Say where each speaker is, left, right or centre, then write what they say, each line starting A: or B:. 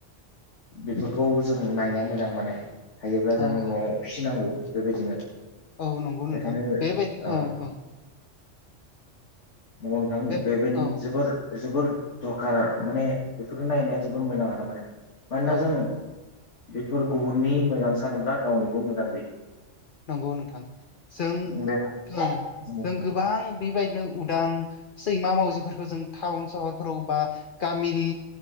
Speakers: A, on the left; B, on the left.
A: बेफोरखौ जों नायनाया मोजां माने हायोब्ला जों
B: औ
A: न'आव
B: औ
A: फिसिनांगौ बेबायदिनो
B: औ नंगौ नोंथां
A: बेखायनो
B: बेबायदिनो
A: ओ
B: औ औ
A: नंगौ नोंथां
B: बे
A: बेबायदिनो
B: औ
A: जोबोर जोबोर दरखार माने बेफोरखौ नायनाया जोबोर मोजां आरो माने मानोना
B: औ
A: जों बेफोर गुबुननि मोजां सानोब्ला गावनिबो मोजां जायो।
B: नंगौ नोंथां जों
A: बे
B: ओ
A: नंगौ
B: जों गोबां बेबायदिनो उदां सैमा मावजिफोरखौ जों टाउन सहरफोराव बा गामिनि